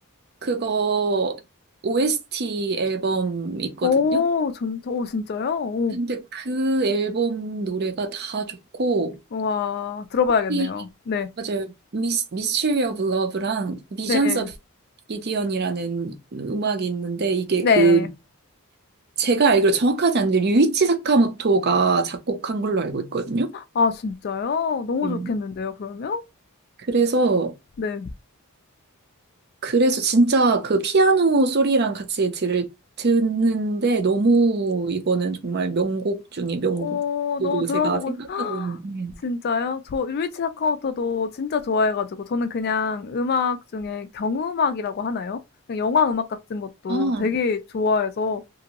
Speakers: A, on the right (about 45°); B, on the left (about 45°).
A: 그거 OST 앨범 있거든요.
B: 오 전 오 진짜요? 오.
A: 근데 그 앨범 노래가 다 좋고
B: 우와. 들어봐야겠네요.
A: 이
B: 네.
A: 맞아요. 미스 미스터리 오브 러브랑 미전스
B: 네.
A: 오브 기디언이라는 음악이 있는데 이게
B: 네.
A: 그 제가 알기로 정확하지 않은데 류이치 사카모토가 작곡한 걸로 알고 있거든요.
B: 아 진짜요? 너무
A: 네.
B: 좋겠는데요 그러면?
A: 그래서
B: 네.
A: 그래서 진짜 그 피아노 소리랑 같이 들을, 듣는데 너무 이거는 정말 명곡 중에 명곡으로
B: 어 너무 들어보고
A: 제가 생각하고 있는데.
B: 진짜요? 저루이치 사카모토도 진짜 좋아해 가지고 저는 그냥 음악 중에 경음악이라고 하나요? 그냥 영화 음악 같은 것도
A: 아,
B: 되게 좋아해서